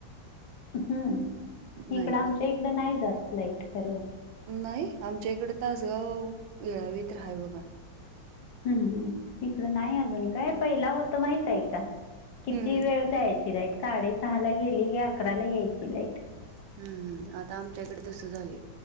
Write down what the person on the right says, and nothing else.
नाही
तर
नाही आमच्या इकडे तासगाव येळावीत राहाय बघा
हम्म
हम्म हम् आता आमच्याकडे तस झालं